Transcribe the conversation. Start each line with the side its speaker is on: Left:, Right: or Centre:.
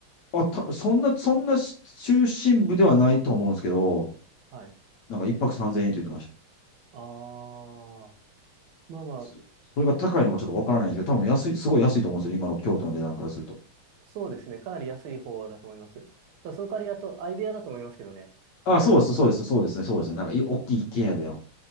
Left: あ、た、そんな、そんなし中心部ではないと思うんですけど、
Right: はい。
Left: なんか一泊三千円と言ってました。
Right: あー。まあまあ、
Left: そ、それが高いのかちょっとわからないんですけど、多分安い、すごい安いと思うんですよ、今の京都の値段からすると。
Right: そうですね。かなり安い方だと思います。ただその代わり、あと、相部屋だと思いますけどね。その値段だと。
Left: あ、そうです、そうです、そうですね、そうですね。なんかい、大きい一軒家でよ